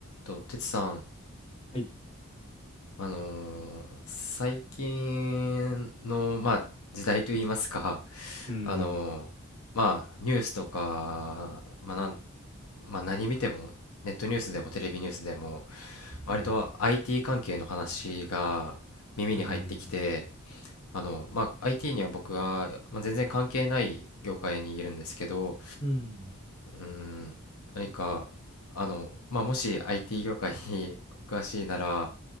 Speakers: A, on the left (about 80°); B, on the left (about 25°).
A: と、てつさん、
B: はい。
A: あのー最近の、まあ、時代といいますか、
B: うん、
A: あのーまあ、ニュースとか、まあなんまあ、何見ても、ネットニュースでもテレビニュースでも、割と
B: うん、
A: IT 関係の話が耳に入ってきて、
B: うん、
A: あの、まあ、IT には僕は、まあ、全然関係ない業界にいるんですけど、
B: うん、
A: うーん、何か、あの、まあ、もし IT 業界にお詳しいなら、